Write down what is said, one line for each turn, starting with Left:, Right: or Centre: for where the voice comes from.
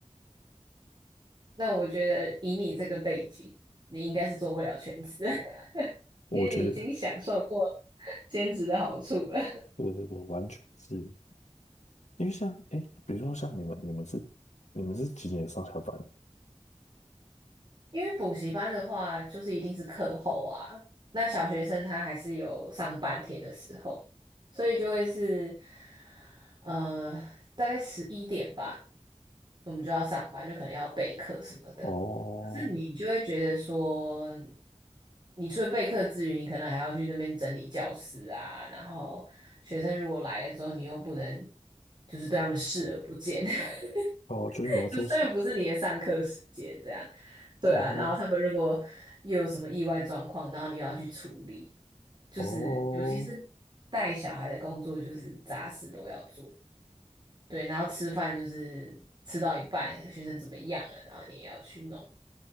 Right: 那我觉得以你这个背景，你应该是做不了全职的，<laughs> 因为你已经享受过
Left: 我觉得，
Right: 兼职的好处了。
Left: 对对对，完全是，因为像，哎，比如说像你们，你们是你们是几点上下班？
Right: 因为补习班的话，就是一定是课后啊。那小学生他还是有上半天的时候，所以就会是，呃，大概十一点吧，我们就要上班，就可能要备课什么的。
Left: 哦
Right: 可是你就会觉得说，你除了备课之余，你可能还要去那边整理教室啊，然后学生如果来了之后，你又不能就是对他们视而不见，<laughs>
Left: 哦，就是你要做事，
Right: 就虽然不是你的上课时间这样。对啊，
Left: 哦
Right: 然后他们如果又有什么意外状况，然后你又要去处理，就是尤其是
Left: 哦
Right: 带小孩的工作，就是杂事都要做。对，然后吃饭就是吃到一半，学生怎么样了，然后你也要去弄。